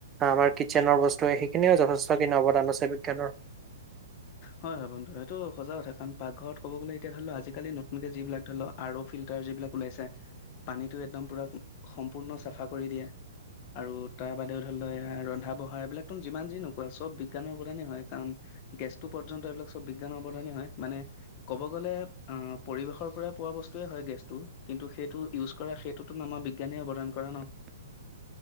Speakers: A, on the right; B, on the left.
A: আমাৰ কিচেনৰ বস্তু। সেইখিন যথেষ্টখিনি অৱদান আছে বিজ্ঞানৰ।
B: হয় হয় বন্ধু স এইটো সজা কথা কাৰণ পাকঘৰত ক'ব গলে এতিয়া ধৰি আজিকালি নতুনকে যিবিলাক ধৰি ফিলাৰ যিবিলাক ওলাইছে, পানীটো একদম পুৰা সম্পূৰ্ণ চাফা কৰি দিয়ে। আৰু তাৰ বাদেও ধৰি লও ৰন্ধা বঢ়া এইবিলাক তুম যিমান যি নো কোৱা চব বিজ্ঞানৰ অবদানে হয় কাৰণ গেষ্ট পৰ্যন্ত এইবিলাক চব বিজ্ঞানৰ অৱদানি হয় মানে ক'ব গ'লে অ' পৰিবেশৰ পৰাই পোৱা বস্তুৱয়ে হয়। গেছটো কিন্তু সেইটো ইউজ কৰা সেইটোতটো আমাৰ বিজ্ঞানে অৱদান কৰা ন?
A: <inaudible>